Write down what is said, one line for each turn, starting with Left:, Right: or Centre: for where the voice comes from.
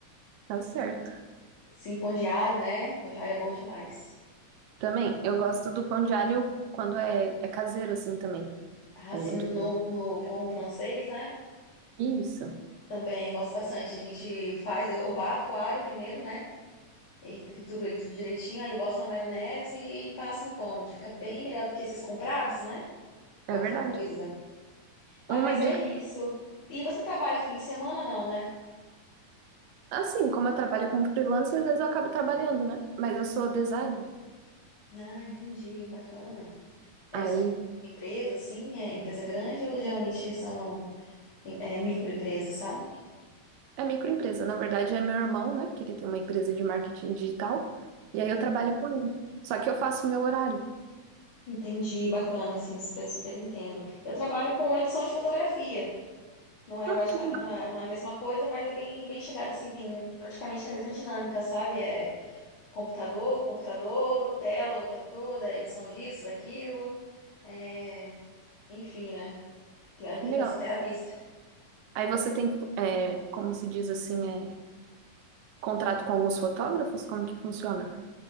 Right: Tá certo.
Left: Sim, pão de alho, né? Pão de alho é bom demais.
Right: Também, eu gosto do pão de alho quando é, é caseiro, assim, também.
Left: Ah,
Right: A
Left: sim,
Right: gente...
Left: no, no pão francês, né?
Right: Isso,
Left: Também gosto bastante. A gente faz, eu, eu bato o alho primeiro, né? E trituro ele tudo direitinho, aí eu boto na maionese e, e passo no pão. Fica bem melhor do que esses comprados, né? É
Right: é
Left: outra
Right: verdade.
Left: coisa. Ah,
Right: Uma
Left: mas
Right: dica
Left: é isso. E você trabalha fim de semana, não, né?
Right: Assim, como eu trabalho como freelancer, às vezes eu acabo trabalhando, né? Mas eu sou designer.
Left: Ah, entendi. Bacana. Aí
Right: Aí
Left: você trabalha em empresa, assim, é empresa grande ou geralmente são é, microempresas, sabe?
Right: é microempresa. Na verdade, é meu irmão, né? Que ele tem uma empresa de marketing digital. E aí
Left: Hum,
Right: eu trabalho com ele. Só que eu faço o meu horário.
Left: entendi. Bacana, assim, super, super entendo. Eu trabalho com edição de fotografia. Não é,
Right: Ah,
Left: basica-
Right: que legal,
Left: não é, não é a mesma coisa, mas é bem, bem chegado, assim, tem praticamente a mesma dinâmica, sabe? É computador, computador, tela o tempo todo, é edição disso, daquilo. É... Enfim, né? Pior
Right: que
Left: que
Right: legal.
Left: cansa até a vista.
Right: Aí você tem, é, como se diz assim, é, contrato com alguns fotógrafos? Como que funciona?